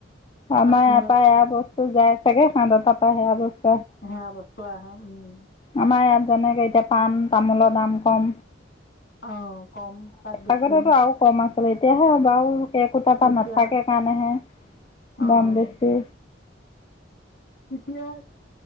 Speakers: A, on the left; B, on the left.
A: আমাৰ
B: কাশ্মীৰত
A: ইয়াৰ পা এয়া বস্তু যায় চাগে হাত তাপা সেয়াবোৰ
B: হ বস <unintelligible> চহ উম <unintelligible>
A: আমাৰ ইয়াত যেনেকে এতিয়া পাণ, তামোলৰ দাম কম।
B: অ কম তাত বেছি।
A: আগতেতো আৰু কম এতিয়াহে বাৰু একোটা পা
B: এতিয়া
A: নাথাকে কাৰণেহে
B: অ',
A: দাম বেছি।
B: এতিয়াত